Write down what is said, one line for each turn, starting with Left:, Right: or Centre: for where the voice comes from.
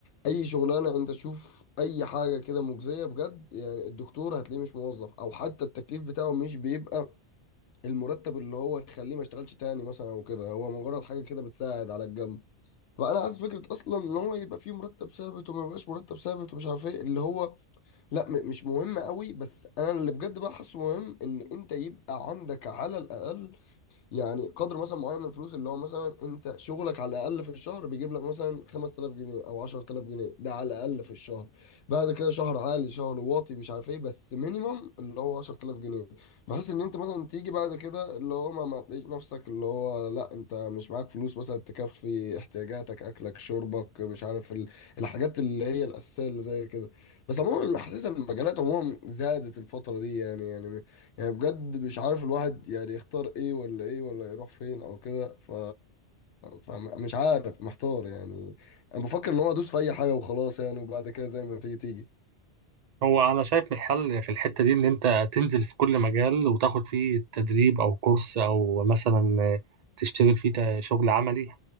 Left: اي شغلانه انت تشوف اي حاجه كده مجزيه بجد يعني الدكتور هتلاقيه مش موظف او حتى التكليف بتاعه مش بيبقى المرتب اللي هو يخليه ما يشتغلش تاني مثلا او كده هو مجرد حاجه كده بتساعد على الجنب فانا عايز فكره اصلا ان هو يبقى فيه مرتب ثابت وما يبقاش مرتب ثابت ومش عارف ايه اللي هو لا م- مش مهم قوي بس انا اللي بجد بقى حاسه مهم ان انت يبقى عندك على الاقل يعني قدر مثلا معين من الفلوس اللي هو مثلا انت شغلك على الاقل في الشهر بيجيب لك مثلا 5000 جنيه او 10000 جنيه ده على الاقل في الشهر بعد كده شهر عالي شهر واطي مش عارف ايه بس مينيمم اللي هو 10000 جنيه بحيث ان انت مثلا تيجي بعد كده اللي هو ما ما تلاقيش نفسك اللي هو لا انت مش معاك فلوس مثلا تكفي احتياجاتك اكلك شربك مش عارف ال- الحاجات اللي هي الاساسيه اللي زي كده بس عموما حاسس ان المجالات عموما زادت الفتره دي يعني يعني يعني بجد مش عارف الواحد يعني يختار ايه ولا ايه ولا يروح فين او كده ف... فمش عارف محتار يعني انا بفكر ان هو ادوس في اي حاجه وخلاص يعني وبعد كده زي ما تيجي تيجي
Right: هو انا شايف الحل في الحته دي ان انت تنزل في كل مجال وتاخد فيه تدريب او كورس او مثلا تشتغل فيه تا- شغل عملي